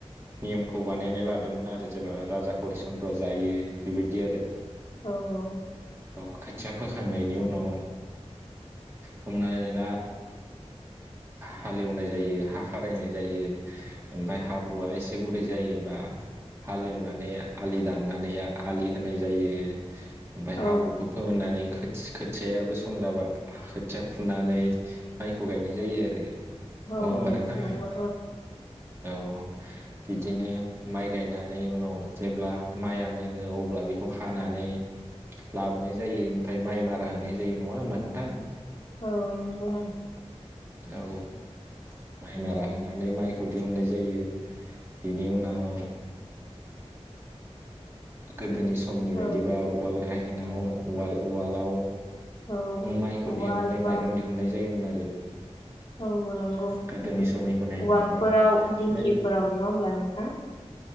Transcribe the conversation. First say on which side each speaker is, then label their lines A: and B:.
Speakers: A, on the right (about 20°); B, on the left (about 45°).
A: नियमखौ बानायना लादोंमोन आरो जेनेबा राजा हरिचन्द्र जायो बेबायदि आरो
B: औ औ
A: अ खोथिया फोखांनायनि उनाव हमनानै ला हालेवनाय जायो हा खारायनाय जायो ओमफ्राय हाब्रुआ एसे गुरै जायोबा हालेवनानै आलि दाननानै आलि होनाय जायो ओमफाय
B: औ
A: हाब्रुखौ फोननानै खो खोथियायाबो सम जाबा खोथिया फुनानै माइखौ गायनाय जायो आरो
B: औ
A: नङा होमबा
B: औ
A: नोंथां
B: नंगौ
A: औ बिदिनो माइ गायनानै उनाव जेब्ला माइया मोनो अब्ला बेखौ हानानै लाबोनाय जायो ओमफ्राय माइ मारा होनाय जायो नङा होमबा नोथां?
B: औ नोंगौ
A: औ माइ मारा होनानै माइखौ दिहुननाय जायो बेनि उनाव गोदोनि समनि बायदिबा
B: औ
A: उवाल गाह हेनाव उवाल उवालाव
B: औ
A: माइखौ
B: उवाल
A: देनानै
B: बा
A: माइरं दिहुननाय जायोमोन आ <unintelligible>
B: औ नंगौ
A: गोदोनि समनिखौ नायनो
B: उवालफोराव
A: थाङोबा ओमफ्राय
B: दिंखिफोराव नङा होमब्ला नोंथां।